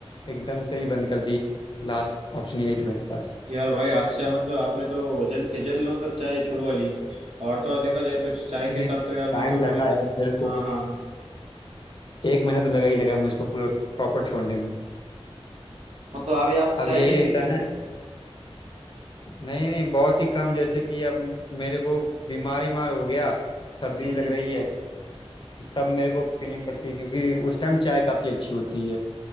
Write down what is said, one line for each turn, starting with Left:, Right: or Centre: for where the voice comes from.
Left: एकदम से ही बंद कर दी लास्ट ऑप्शन यही था मेरे पास
Right: यार भाई अच्छा है मतलब आपने तो जल्द से जल्द मतलब चाय छुड़वा ली और तो और देखा जाए तो चाय
Left: मैंने
Right: के साथ तो यार
Left: टाइम
Right: मैं तो कभी
Left: लगा यार मेरे को
Right: हाँ हाँ हाँ
Left: एक महीना तो लगा ही लगा मुझको पूरा प्रॉपर छोड़ने में
Right: मतलब अभी आप
Left: अब
Right: चाय
Left: यही
Right: नहीं
Left: रहता
Right: पीते
Left: है
Right: हो क्या
Left: ना नहीं नहीं बहुत ही कम जैसे कि अब मेरे को बीमार बीमार हो गया सर्दी
Right: हम्म
Left: लग
Right: हम्म
Left: रही है तब मेरे को पीनी पड़ती है क्योंकि उस टाइम चाय काफ़ी अच्छी होती है